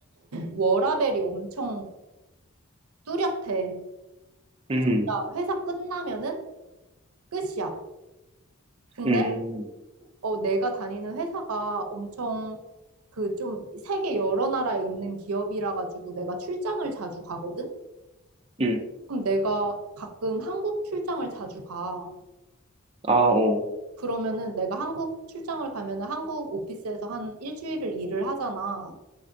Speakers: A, on the right; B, on the right.
A: 워라밸이 엄청 뚜렷해.
B: 음,
A: 진짜 회사 끝나면은 끝이야. 근데
B: 음,
A: 어, 내가 다니는 회사가 엄청 그 좀 세계 여러 나라에 있는 기업이라 가지고 내가 출장을 자주 가거든?
B: 음,
A: 그럼 내가 가끔 한국 출장을 자주 가.
B: 아, 어,
A: 그러면은 내가 한국 출장을 가면은 한국 오피스에서 한 일주일을 일을 하잖아.